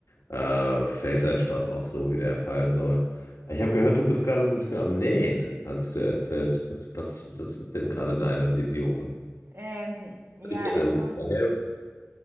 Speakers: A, on the left; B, on the right.
A: Äh, fällt der Stoff auch so, wie der fallen soll? Ich habe gehört, du bist gerade so ein bisschen am Nähen, hattest du erzählt. Was, was, was ist denn gerade deine Vision?
B: Ähm, ja,
A: Ich hätte
B: also.
A: ein bisschen helfen.